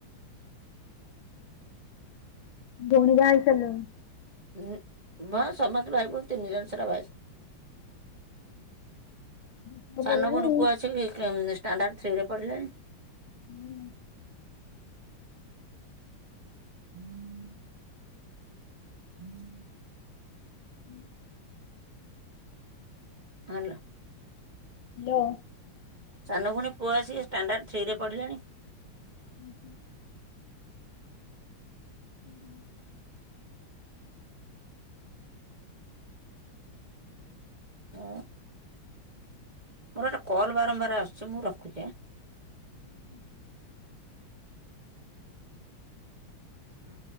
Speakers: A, on the left (about 70°); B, on the right (about 25°).
A: ଭଉଣୀ ବାହା ହେଇସାରିଲାଣି।
B: ଉଁ ହଁ ସମସ୍ତେ ଭାଇ ଭଉଣୀ ତିନି ଜଣ ସାରା ବାହା
A: ହୁଁ। କରିଦେଲାଣି
B: ସାନ ଭଉଣୀ
A: ଆଉ।
B: ପୁଅ ଆସିକି ଷ୍ଟାଣ୍ଡାର୍ଡ ଥ୍ରୀ ରେ ପଢିଲାଣି
A: ହୁଁ।
B: ହୁଁ <inaudible> <inaudible>
A: ହୁଁ <inaudible>
B: ହାଲୋ।
A: ହାଲୋ।
B: ସାନଭଉଣୀ ପୁଅ ଆସିକି ସେ ଷ୍ଟାଣ୍ଡାର୍ଡ ଥ୍ରୀରେ ପଢିଲାଣି।
A: ହୁଁ ହୁଁ <inaudible> ହୁଁ <inaudible>
B: ଆଉ। ମୋର ଏଟା କଲ୍ ବାରମ୍ବାର ଆସୁଛି ମୁଁ ରଖୁଛି ଆଁ
A: ହୁଁ <inaudible>
B: ହୁଁ।